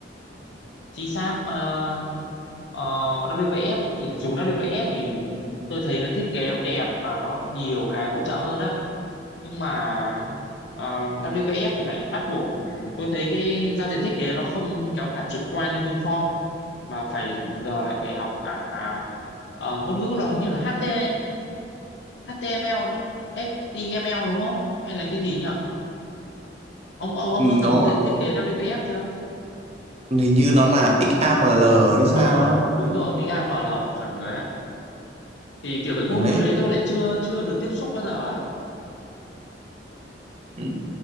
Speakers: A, on the left; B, on the right.
A: GSAP uh, WPF ấy, thì dùng WPF thì tôi thấy nó thiết kế nó đẹp và nó nhiều cái hỗ trợ hơn á nhưng mà ờ, WPF thì lại bắt buộc ừ, tôi thấy cái giao diện thiết kế nó không kéo thả trực quan như WinForm mà phải giờ lại phải học cả ờ, ngôn ngữ nó hình như là HT, HTML nữa HTML đúng không hay là cái gì nhỉ ông ông ông
B: ừ,
A: đã từng
B: nó gọi-
A: thiết kế WPF chưa
B: hình như nó là XAML hay sao
A: ờ
B: á
A: đúng rồi XAML chuẩn rồi á thì kiểu cái ngôn
B: đấy
A: ngữ đấy tôi lại chưa chưa được tiếp xúc bao giờ á
B: ừ.